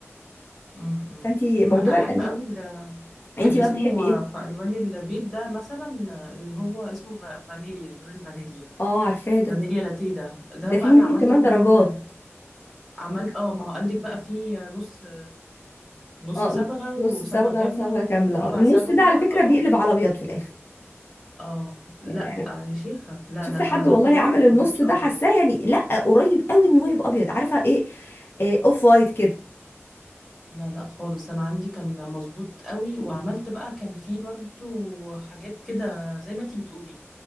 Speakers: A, in the centre; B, on the left.
A: مم. مم.
B: فانت موضوع
A: انا احب
B: الالوان
A: قوي ال-
B: انت
A: اللي
B: بقى
A: اسمه
B: بتحبي ايه
A: في الوان البيت ده مثلا اللي هو اسمه فا- فانيليا لون الفانيليا
B: اه عارفاه ده
A: فانيليا لاتيه ده ده
B: ده
A: بقى
B: في منه
A: انا عملت
B: <laughs> كمان
A: كل
B: درجات
A: ال... عملت اه ما هو قال لك بقى فيه نص نص
B: اه
A: صبغه وصبغه
B: نص صبغه
A: كامله
B: وصبغه كامله
A: وربع
B: آه، النص
A: صبغه
B: ده على فكره
A: اه
B: بيقلب على ابيض في الاخر
A: اه لا
B: يعني
A: يا شيخه لا
B: شفت
A: لا
B: حد
A: انا عملت
B: والله
A: نص
B: عمل
A: وما
B: النص
A: كانش
B: ده
A: ابيض
B: حاساه يعني لا قريب قوي ان هو يبقى ابيض عارفه ايه آه، اوف وايت كده
A: لا لا خالص انا عندي كان مظبوط قوي وعملت بقى كان في برضو حاجات كده زي ما انتي بتقولي